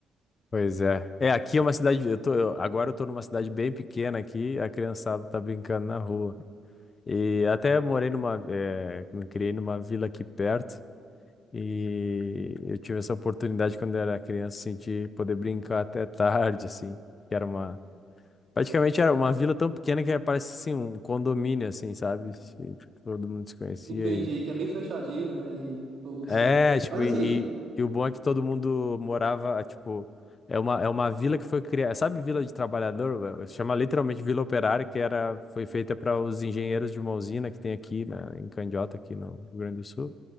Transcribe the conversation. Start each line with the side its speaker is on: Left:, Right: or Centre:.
Left: Pois é. É, aqui é uma cidade. Eu tô, eu- agora eu tô numa cidade bem pequena aqui, a criançada tá brincando na rua. E até morei numa. é me criei numa vila aqui perto. E eu tive essa oportunidade quando eu era criança, assim, de poder brincar até <laughs> tarde, assim, que era uma... Praticamente era uma vila tão pequena que parece, assim, um condomínio, assim, sabe? E todo mundo se conhecia
Right: Entendi que é bem fechadinho, né? E todo mundo
Left: é,
Right: se conhece.
Left: tipo,
Right: Mas, assim,
Left: e, e- e o bom é que todo mundo morava, tipo, é uma, é uma vila que foi criada, sabe Vila de Trabalhador? velho? Chama literalmente Vila Operária, que era, foi feita para os engenheiros de uma usina que tem aqui, né, em Candiota, aqui no Rio Grande do Sul.